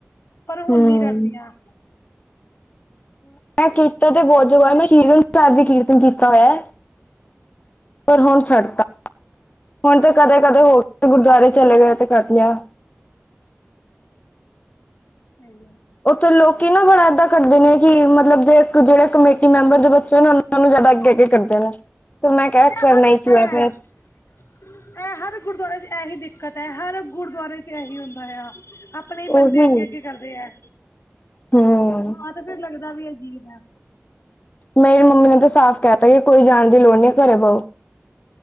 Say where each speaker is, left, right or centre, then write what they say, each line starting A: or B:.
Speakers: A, on the left (about 70°); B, on the left (about 35°).
A: ਪਰ ਹੁਣ
B: ਹਮ
A: ਨੀ ਕਰਦੀਆਂ
B: ਮੈਂ ਕੀਰਤਨ ਤੇ ਬਹੁਤ ਜਗਾਇਆ ਮੈਂ ਸ਼੍ਰੀ ਗੰਥ ਸਾਹਿਬ ਵੀ ਕੀਰਤਨ ਕੀਤਾ ਹੋਇਆ ਪਰ ਹੁਣ ਛੱਡਤਾ, ਹੁਣ ਤੇ ਕਦੇ ਕਦੇ ਹੋ ਕੇ ਗੁਰਦੁਆਰੇ ਚਲੇ ਗਏ ਤੇ ਕਰ ਲਿਆ
A: ਹ ਆੋ
B: ਉੱਥੇ ਲੋਕ ਨਾ ਬੜਾ ਏਦਾਂ ਕਰਦੇ ਨੇ ਕਿ ਮਤਲਬ ਜੇ ਜਿਹੜੇ ਕਮੇਟੀ ਮੈਂਬਰ ਦੇ ਬੱਚੇ ਤੁਹਾਨੂੰ ਜਿਆਦਾ ਕਹਿ ਕੇ ਕਰਦੇ ਨੇ ਤੇ ਮੈਂ ਕਿਹਾ
A: ਇਹ
B: ਕਰਨਾ
A: ਹਰ
B: ਹੀ
A: ਇਹ
B: ਸੀਗਾ ਫਿਰ
A: ਇਹ ਹਰ ਗੁਰਦੁਆਰੇ ਚ ਇਹੀ ਦਿੱਕਤ ਹੈ, ਹਰ ਗੁਰਦੁਆਰੇ ਚ ਇਹੀ ਹੁੰਦਾ ਆ ਆਪਣੇ ਹੀ ਬੰਦੇ
B: ਉਹੀ
A: ਅੱਗੇ -ਅੱਗੇ ਕਰਦੇ ਹੈ
B: ਹੂੰ
A: ਹਾਂ ਤੇ ਫੇਰ ਲੱਗਦਾ ਵੀ ਅਜੀਬ ਹੈ
B: ਮੇਰੀ ਮੰਮੀ ਨੇ ਤਾਂ ਸਾਫ਼ ਕਹਿਤਾ ਕਿ ਕੋਈ ਜਾਣ ਦੀ ਲੋੜ ਨਹੀਂ ਘਰੇ ਬੋ